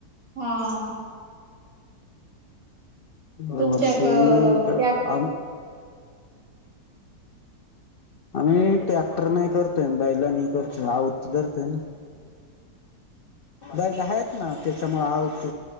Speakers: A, on the right; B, on the left.
A: हा.
B: यावर्षी
A: तुमच्या त्या
B: आ आम्ही ट्रॅक्टर नाही करतोय बैलानी करतोय आऊत धरतंय ना. बैलं आहेत ना त्याच्यामुळे आउत